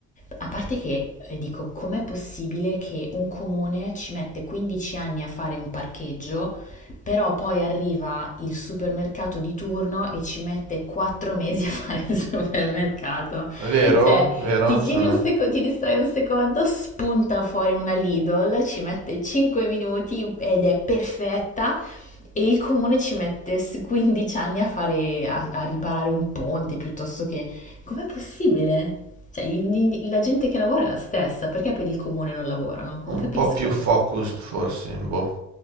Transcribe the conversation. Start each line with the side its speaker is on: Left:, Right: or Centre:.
Left: A parte che eh, dico, com'è possibile che un comune ci mette 15 anni a fare un parcheggio, però poi arriva il supermercato di turno e ci mette 4 mesi a fare il supermercato?
Right: Vero?
Left: Cioè,
Right: Vero?
Left: ti
Right: Sono...
Left: giri un seco- ti distrai un secondo, spunta fuori una Lidl, ci mette 5 minuti ed è perfetta e il comune ci mette s- 15 anni a fare, a, a riparare un ponte piuttosto che... Com'è possibile? Cioè, i- i- la gente che lavora è la stessa, perché per il comune non lavorano? Non
Right: Un
Left: capisco.
Right: po' più focused forse, boh.